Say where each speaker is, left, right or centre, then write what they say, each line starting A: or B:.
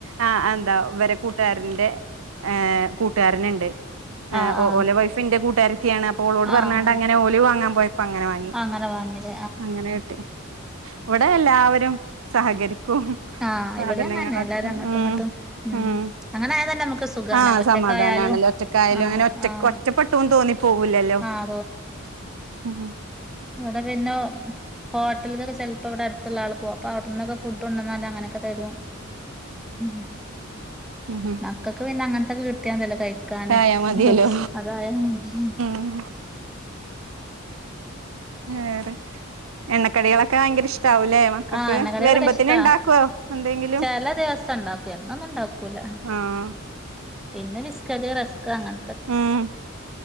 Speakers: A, on the right (about 75°); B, in the centre.
A: ആഹ് എന്താ ഇവരെ കൂട്ടുകാരന്റെ ഏഹ് കൂട്ടുകാരന്ണ്ട് ഏഹ്
B: ആഹ് ആഹ് ആഹ്
A: ഓല വൈഫ് ഇന്റെ കൂട്ടുകാരത്തിയാണ് അപ്പോ ഓളോട്
B: ആഹ്
A: പറഞ്ഞാട്ടങ്ങനെ ഓല് വാങ്ങാൻ പോയപ്പോ അങ്ങനെ വാങ്ങി
B: അങ്ങനെ വങ്ങിലെ?
A: അങ്ങനെ കിട്ടി ഇവടെ എല്ലാവരും സഹകരിക്കും
B: ആഹ്
A: സാധനങ്ങളക്കെ
B: ഇവിടെയും അങ്ങനെന്നെ എല്ലാരും അങ്ങോട്ടും
A: ഉം
B: ഇങ്ങോട്ടും
A: ഉം
B: അങ്ങനെ ആയാ തന്നെ നമുക്ക് സുഖാണ്
A: ആഹ്
B: ഒറ്റക്കായാലും
A: സമാധാനാണല്ലോ ഒറ്റ ക്കായലും
B: ആഹ്
A: അങ്ങനെ ഒറ്റ
B: ആഹ്
A: ഒറ്റപ്പെട്ടന്ന് തോന്നി പോവൂല്ലല്ലോ
B: ആഹ്
A: ഉം
B: ഇവടെ പിന്നെ ഹോട്ടൽകൊക്കെ ചെൽപ്പോ ഇവടെ അടുത്തുള്ളാള് പോവും അപ്പൊ അവിടെന്നൊക്കെ ഫുഡ് കോണ്ടന്നാല് അങ്ങനെക്കെ തരും ഉം
A: ഉം ഉം
B: മക്കക്ക് പിന്നെ അങ്ങനത്തൊക്കെ കിട്ടിയ മതിയല്ലോ കഴിക്കാന്
A: ആയാ മതിയല്ലോ
B: അതായ മതി
A: ഉം
B: ഉ
A: വേറെ എണ്ണക്കടികളൊക്കെ ഭയങ്കര ഇഷ്ടാവൂലേ? മക്കൾക്ക്
B: ആഹ് എണ്ണ കടികളൊക്കെ
A: വരുമ്പത്തിന്
B: ഇഷ്ട്ട
A: ഇണ്ടാക്കുവോ എന്തെങ്കിലും
B: ചെല ദിവസം ഇണ്ടാക്കും എന്നൊന്നും ഇണ്ടാക്കൂല
A: ആഹ്
B: പിന്നെ ബിസ്കറ്റ്, റസ്ക്ക് അങ്ങന
A: ഉം